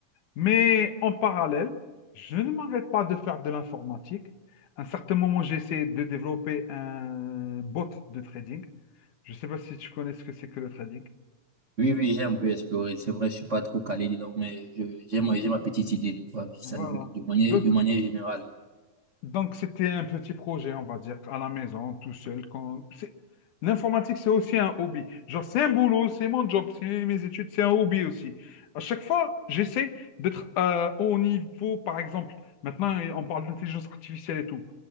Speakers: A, on the left (about 65°); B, on the right (about 55°).
A: Mais en parallèle, je ne m'arrête pas de faire de l'informatique. À un certain moment, j'ai essayé de développer un bot de trading. Je ne sais pas si tu connais ce que c'est que le trading.
B: Oui, oui, j'ai un peu exploré. C'est vrai, je suis pas trop calé dedans, mais je, j'ai ma, j'ai ma petite idée de quoi, ça,
A: Voilà.
B: de manière,
A: Donc,
B: de manière générale.
A: Donc, c'était un petit projet, on va dire, à la maison, tout seul. Quand... c'est- L'informatique, c'est aussi un hobby. Genre, c'est un boulot, c'est mon job, c'est mes études, c'est un hobby aussi. À chaque fois, j'essaie d'être euh, au niveau, par exemple, maintenant, on parle d'intelligence artificielle et tout.